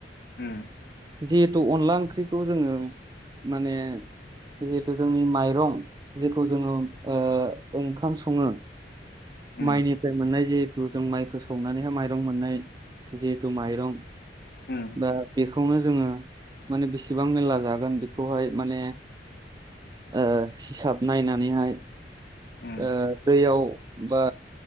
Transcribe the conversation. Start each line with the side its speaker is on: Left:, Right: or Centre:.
Left: उम
Right: जिहेथु अनला ओंख्रिखौ जोङो माने जिहेथु जोंनि माइरं जेखौ जोङो ओ ओंखाम सङो
Left: उम
Right: माइनिफ्राय मोननाय जिहेथु जों माइखौ सौनानैहाय माइरं मोननाय जिहेथु माइरं
Left: उम
Right: दा बेखौनो जोङो माने बेसेबां मेलला जागोन बेखौहाय माने ओ हिसाब नायनानैहाय
Left: उम
Right: ओ दैयाव बा